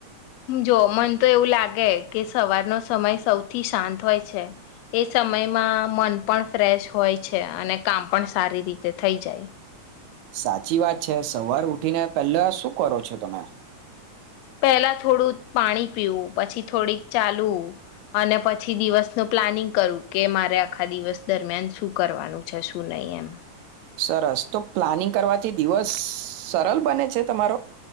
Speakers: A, on the left; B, on the right.
A: જો મન તો એવું લાગે કે સવારનો સમય સૌથી શાંત હોય છે એ સમયમાં મન પણ ફ્રેશ હોય છે અને કામ પણ સારી રીતે થઈ જાય.
B: સાચી વાત છે સવાર ઉઠીને પહેલા શું કરો છો તમે
A: પહેલા થોડું પાણી પીવું પછી થોડીક ચાલવું અને પછી દિવસનું પ્લાનિંગ કરું કે મારે આખા દિવસ દરમિયાન શું કરવાનું છે શું નહી એમ.
B: સરસ તો પ્લાનિંગ કરવાથી દિવસ સરળ બને છે તમારો.